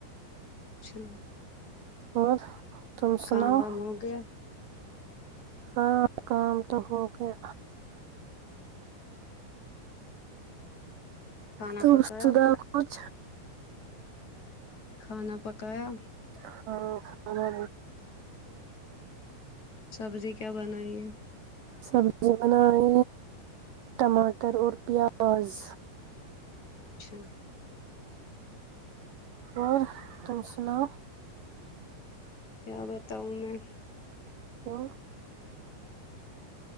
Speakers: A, on the left; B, on the right.
A: چھا
B: اور تم
A: کااں
B: سناؤ
A: وم ہو گیا
B: ہاں کام تو ہو گیا
A: کھانا
B: تو
A: پکایا
B: سدا کچ
A: کھانا پکایا
B: ہاں کھانا
A: سبزی کیا بنائیے
B: سبزی بنائ ٹماٹر اور پیاز
A: چھا <inaudible>
B: اور تم سنا
A: کیا بتاؤں میں
B: کیا